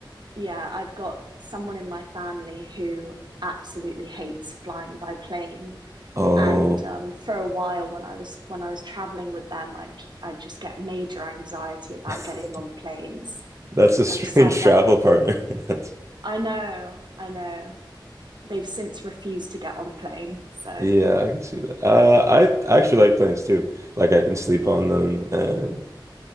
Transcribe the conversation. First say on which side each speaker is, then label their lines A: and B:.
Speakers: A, on the right; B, on the right.
A: yeah, I've got someone in my family who absolutely hates flying by plane.
B: Oh,
A: and um, for a while when i was when i was traveling with them i i just get major anxiety about
B: <laughs>
A: getting on planes
B: that's a strange
A: i've decided
B: travel
A: i
B: partner. <laughs> That's
A: i know i know they've since refused to get on a plane so
B: yeah, I can see that. Uh, I actually like planes too. Like I can sleep on them, and